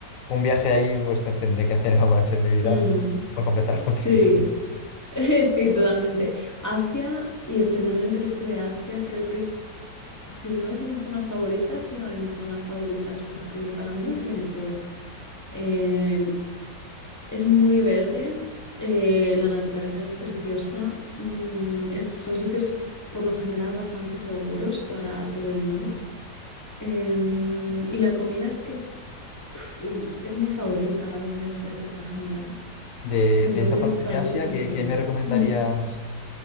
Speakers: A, on the left (about 70°); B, on the left (about 25°).
A: un viaje ahí pues te- tendré que hacer <laughs> alguna vez en mi vida
B: mm,
A: por completar los
B: sí,
A: continentes.
B: <laughs> sí, totalmente. Asia y especialmente el este de Asia, creo que es, si no es mi zona favorita, es una de mis zonas favoritas porque para mí no tiene todo. Em, Es muy verde, eh, la naturaleza es preciosa, mm, es- son sitios por lo general bastante seguros para todo el mundo. Em, y la comida es que es, pf, es mi favorita, la comida asiática en general.
A: De,
B: Entonces,
A: de esa parte
B: para
A: de
B: mí
A: Asia,
B: lo tiene
A: ¿qué,
B: todo.
A: qué me recomendarías?
B: Mm.